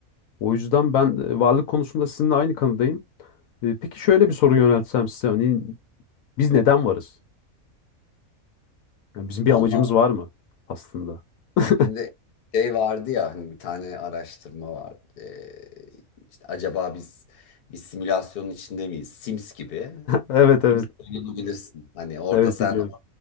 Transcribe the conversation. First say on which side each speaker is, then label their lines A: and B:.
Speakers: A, on the left; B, on the left.
A: O yüzden ben e, varlık konusunda sizinle aynı kanıdayım. E, peki şöyle bir soru yöneltsem size hani Biz neden varız? Yani bizim
B: Vallahi.
A: bir amacımız var mı aslında? <laughs>
B: Şimdi şey vardı ya hani bir tane araştırma vardı. Ee, işte acaba biz bir simülasyonun içinde miyiz? Sims gibi.
A: Evet evet.
B: Sims oynayabilirsin. Hani orada
A: Evet
B: sen
A: biliyorum.